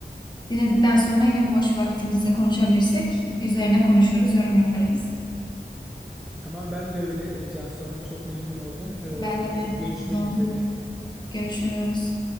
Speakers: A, on the left; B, in the centre.
A: Dinledikten sonra yine boş vaktimizde konuşabilirsek üzerine konuşuruz, yorum yaparız.
B: Tamam ben de öyle e, Cansu Hanım çok memnun oldum. Ee,
A: Ben de memnun
B: e, görüşmek
A: oldum.
B: üzere.
A: Görüşürüz.